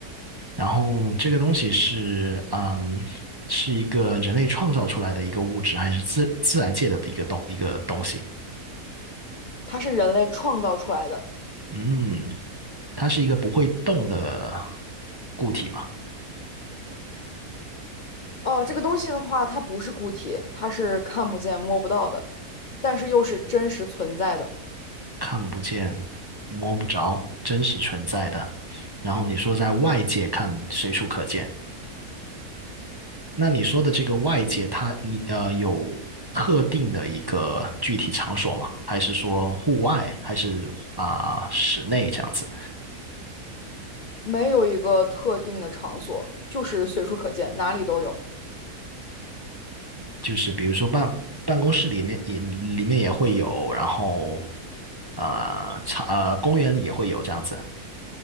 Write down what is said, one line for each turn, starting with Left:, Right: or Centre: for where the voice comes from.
Right: 然后这个东西是，嗯，是一个人类创造出来的一个物质，还是自自然界的一个东一个东西？
Left: 它是人类创造出来的。
Right: 嗯，它是一个不会动的固体吗？
Left: 哦，这个东西的话，它不是固体，它是看不见、摸不到的，但是又是真实存在的，
Right: 看不见、摸不着、真实存在的。然后你说在外界看随处可见，那你说的这个外界它，你呃有特定的一个具体场所吗？还是说户外，还是啊、室内这样子？
Left: 没有一个特定的场所，就是随处可见，哪里都有。
Right: 就是比如说办办公室里面也里面也会有，然后呃场呃公园里也会有这样子。